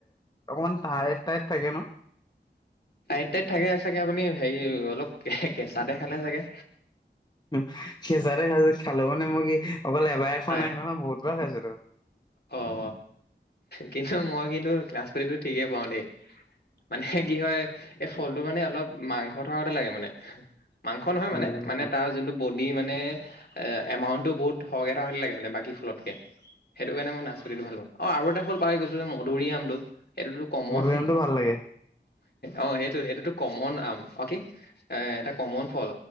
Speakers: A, on the left; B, on the left.
A: অকমান টাইত টাইত থাকে ন
B: টাইত টাইত থাকে চাগে আপুনি হেৰি অলপ কে কেঁচাতে খালে চাগে
A: উম কেঁচাতে খাইছো খালো মানে মই কি অকল এবাৰে খোৱা
B: হয়
A: নাই নহয় বহুতবাৰ খাইছো ত
B: অ কি মই কিন্তু নাচপতিটো ঠিকেই পাও দেই মানে কি হয় এই ফলটো মানে অলপ মাংস থকাগতে লাগে মানে মাংস নহয়
A: উম।
B: মানে মানে তাৰ যোনটো বন দি মানে এ এমাউন্টটো বহুত সৰহকে সহ লাগে মানে বাকী ফুৰতকে সেইটো কাৰণে মই নাচ
A: উম
B: পতিটো ভাল পাওঁ অ আৰু এটা ফল পাই গৈছো মধুৰি আমটো এইটোতো কমন
A: মধুৰআমটো ভাল লাগে
B: অ সেইটো সেইটোতো কমন আম অ কি এ এটা কমন ফল